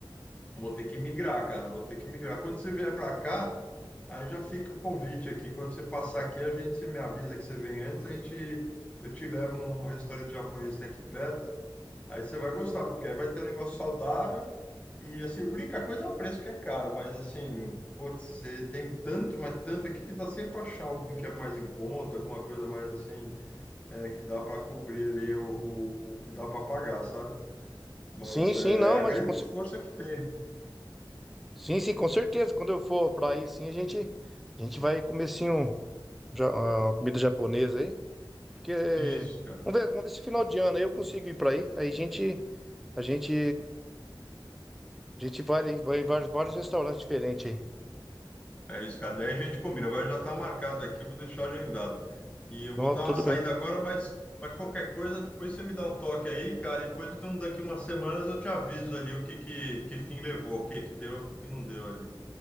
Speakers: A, on the left; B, in the centre.
A: Vou ter que migrar, cara. Vou ter que migrar. Quando você vier para cá, aí já fica o convite aqui. Quando você passar aqui, a gente você me avisa que você vem antes, a gente eu te levo num restaurante japonês que tem aqui perto. Aí você vai gostar, porque aí vai ter um negócio saudável e assim, a única coisa é o preço que é caro, mas assim, putz, você tem tanto, mas tanto aqui que dá sempre para achar algum que é mais em conta, alguma coisa mais assim, é, que dá para cobrir ali o, o, o que dá para pagar, sabe? Mas
B: Sim,
A: é
B: sim, não,
A: a
B: mas
A: grande
B: com cer-
A: força que tem, né?
B: sim, sim, com certeza. Quando eu for pra aí, sim, a gente a gente vai comer sim um, ja- ah, uma comida japonesa aí, porque
A: Isso, cara.
B: vamos ver, vamos ver se final de ano aí eu consigo ir pra aí. Aí a gente a gente a gente vai aí, vai em vários, vários restaurantes diferentes aí.
A: É isso, cara. Daí a gente combina. Agora já está marcado aqui, eu vou deixar agendado. E eu
B: Não,
A: vou dar
B: tudo
A: uma saída
B: bem.
A: agora, mas, mas qualquer coisa, depois você me dá um toque aí, cara. E depois, então, daqui umas semanas, eu te aviso ali o que, que, que fim levou, o que, que deu, o que, que não deu ali.